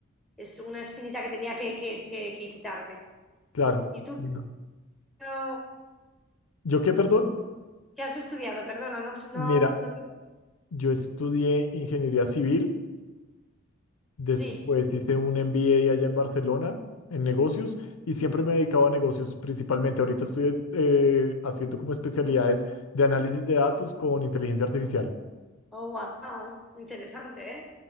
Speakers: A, in the centre; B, on the left.
A: es una espinita que tenía que, que- que- que quitarme.
B: claro,
A: ¿Y tú
B: claro.
A: qué has estudiado?
B: ¿Yo qué, perdón?
A: qué has estudiado? Perdona, no, te- no,
B: Mira,
A: no te...
B: yo estudié ingeniería civil Después
A: Sí.
B: hice un MBA allá en Barcelona en negocios y siempre me dedicaba a negocios principalmente. Ahorita estoy eh, haciendo como especialidades de análisis de datos con inteligencia artificial.
A: Oh, wow. Interesante, ¿eh?